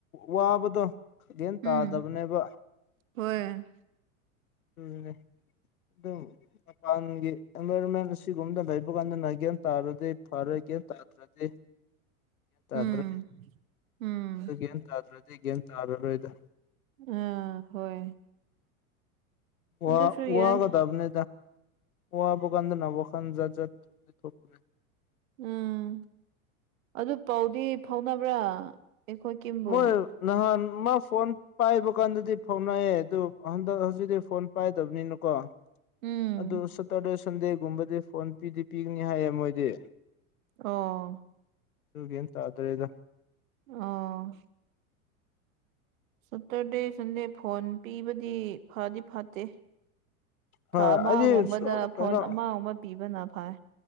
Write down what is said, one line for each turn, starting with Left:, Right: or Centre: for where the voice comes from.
Left: ꯋꯥꯕꯗꯣꯒꯦꯟ
Right: ꯎꯝ
Left: ꯇꯥꯗꯕꯅꯦꯕ
Right: ꯍꯣꯏ
Left: ꯎꯝ ꯑꯗꯨꯝ ꯃꯄꯥꯟꯒꯤꯚꯃꯦꯟ ꯁꯤꯒꯨꯝꯕꯗ ꯂꯩꯕ ꯀꯥꯟꯗ ꯒꯦꯅ ꯇꯥꯔꯗꯤ ꯐꯔꯒ ꯇꯥꯗ꯭ꯔꯗꯤ ꯇꯗ꯭ꯔꯦ
Right: ꯎꯝ ꯎꯝ
Left: ꯑꯗꯨ ꯒ꯭ꯌꯥꯟ ꯇ꯭ꯔꯗꯤ ꯒ꯭ꯌꯥꯟ ꯇꯥꯔꯔꯣꯏꯗ
Right: ꯑꯥ ꯍꯣꯏ
Left: ꯋꯥꯍ
Right: ꯑꯗꯨꯁꯨ
Left: ꯋꯥꯍ
Right: ꯌꯥꯏ
Left: ꯀꯗꯕꯅꯤ ꯋꯥꯍꯕ ꯀꯥꯟꯗ ꯅꯕ ꯀꯥꯟꯖꯠꯖꯠ ꯊꯅꯤ ꯊꯄꯅꯤ
Right: ꯎꯝ ꯑꯗꯨ ꯄꯥꯎꯗꯤ ꯐꯥꯎꯅꯕ꯭ꯔꯥ ꯑꯩꯈꯣꯏ ꯀꯤꯝꯕꯨ
Left: ꯃꯣꯏ ꯅꯍꯥꯟ ꯃꯥ ꯐꯣꯟ ꯄꯥꯏꯕ ꯀꯥꯟꯗꯗꯤ ꯐꯥꯎꯅꯑꯦ ꯑꯗꯨ ꯍꯟꯗꯛ ꯍꯧꯖꯤꯛꯇꯤ ꯐꯣꯟ ꯄꯥꯏ ꯇ ꯑꯗꯨꯅꯀꯣ
Right: ꯎꯝ
Left: ꯑꯗꯨ ꯁꯇꯔꯗꯦ ꯁꯟꯗꯦꯒꯨꯝꯕꯗꯤ ꯐꯣꯟ ꯄꯤꯗꯤ ꯄꯤꯒꯅꯤ ꯍꯥꯏꯌꯦ ꯃꯣꯏꯗꯤ
Right: ꯑꯣ
Left: ꯁꯤꯒꯦꯟ ꯑꯗꯨ꯭ꯔꯦ ꯏ
Right: ꯑꯣ ꯁꯇꯔꯗꯦ ꯁꯟꯗꯦ ꯐꯣꯟ ꯄꯤꯕꯗꯤ ꯐꯗꯤ ꯐꯠꯇꯦ ꯊꯥ
Left: ꯍꯣꯏ
Right: ꯑꯃꯒꯨꯝꯕꯗ
Left: ꯑꯩꯗꯤ ꯁꯨ ꯀꯩꯅꯣ
Right: ꯐꯣꯟ ꯑꯃꯒ ꯑꯃ ꯄꯤꯕꯅ ꯐꯥꯏ